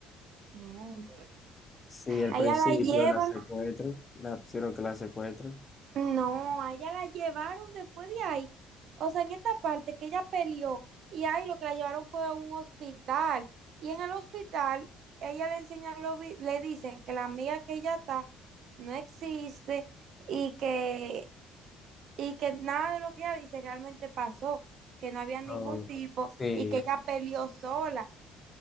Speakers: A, on the right; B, on the left.
A: No,
B: Sí, al
A: a
B: principio
A: ella la llevan,
B: la secuestran, la, creo que la secuestran.
A: no, a ella la llevaron después de ahí. O sea, en esta parte que ella peleó y ahí lo que la llevaron fue a un hospital. Y en el hospital, ella le enseñan, lo vi- le dicen que la amiga que ella está no existe y que, y que nada de lo que ella dice realmente pasó, que no había ningún
B: No,
A: tipo
B: sí.
A: y que ella peleó sola.